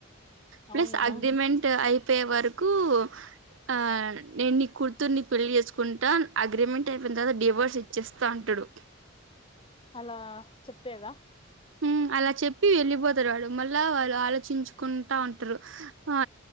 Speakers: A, on the right; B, on the left.
A: ప్లస్
B: అవునా
A: అగ్రిమెంట్ అయిపోయే వరకు ఆ నేను నీ కుర్తురుని పెళ్లిిచేసుకుంటా అగ్రిమెంట్ అయిపోయిన తర్వాత డివోర్స్ ఇచ్చేస్తా అంటాడు
B: అలా చెప్పేదా
A: ఉమ్ అలా చెప్పి వెళ్ళిపోతారాడు మళ్ళా వాళ్ళు ఆలోచించుకుంటా ఉంటారు ఆ